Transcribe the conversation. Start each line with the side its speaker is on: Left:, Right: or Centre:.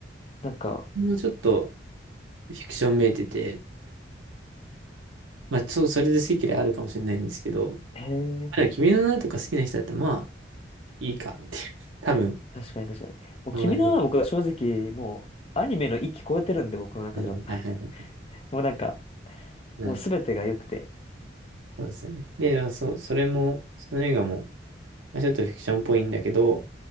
Left: なんか、
Right: もうちょっとフィクションめいてて、まあ、そう、それで好き嫌いあるかもしれないんですけど、ま
Left: へえ、
Right: あでも君の名はとか好きな人だったら、まあ、いいかっていう。<laughs> 多分。
Left: 確かに確かに。もう君の名は僕は正直、
Right: まあまあね
Left: もうアニメの域超えてるんで、僕の中では。
Right: うん。
Left: <laughs>
Right: はいはいはい。
Left: もうなんか、
Right: うん。
Left: もうすべてが良くて。
Right: そうですね。で、まあそう、それも、その映画も、まあ、ちょっとフィクションっぽいんだけど、